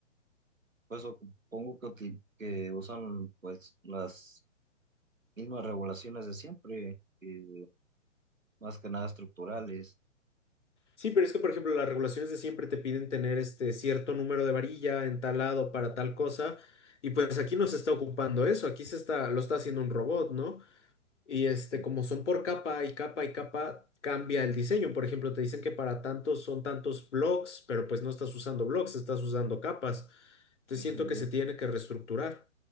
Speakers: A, on the right; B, on the left.
A: Pues supongo que, uti- que usan pues las mismas regulaciones de siempre, eh, más que nada estructurales.
B: Sí, pero es que, por ejemplo, las regulaciones de siempre te piden tener este cierto número de varilla en tal lado para tal cosa. Y pues aquí no se está ocupando eso. Aquí se está, lo está haciendo un robot, ¿no? Y este,
A: Y,
B: como son por capa y capa y capa, cambia el diseño. Por ejemplo, te dicen que para tantos son tantos blocks, pero pues no estás usando blocks, estás usando capas. Entonces
A: pues,
B: siento
A: sí,
B: que
A: eh,
B: se tiene que reestructurar.